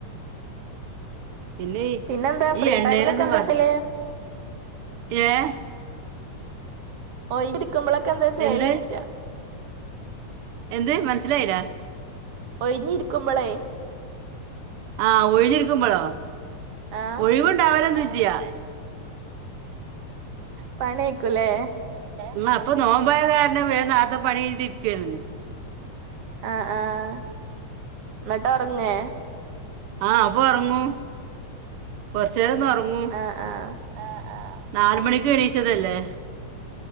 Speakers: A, on the right; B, on the right.
A: പിന്നെ
B: പിന്നെന്താ ഫ്രീ
A: ഈ എണ്ണയിലൊന്നും
B: ടൈമിലൊക്കെ എന്താ
A: വർ
B: ചെയ്യല്
A: ഏ
B: ഓ നക്കുമ്പളൊക്ക എന്താ ചെയ്യല
A: എന്ത്
B: ച്ചാ
A: എന്ത് മനസിലായില
B: ഒഴിഞ്ഞി രിക്കുമ്പളെ
A: ആഹ് ഒഴിഞ്ഞിരിക്കുമ്പോളോ
B: ആഹ്
A: ഒഴിവുണ്ടാവലെന്നു ദ്യയന്
B: പണേക്കൂലേ
A: മ്മ പ്പ നോമ്പോയ കാരണംവേ നേരത്തെ പണി കഴിഞ്ഞിരിക്കാ ണ്
B: ആഹ് ആഹ് എന്നിട്ട് ഉറങ്ങേ
A: ആഹ് അപ്പ ഉറങ്ങൂ കൊറ റ്റേന്നൊർങ്ങു
B: ആഹ് ആഹ്
A: ആ ആഹ് നാല് മണിക്ക് എണീച്ചതല്ലേ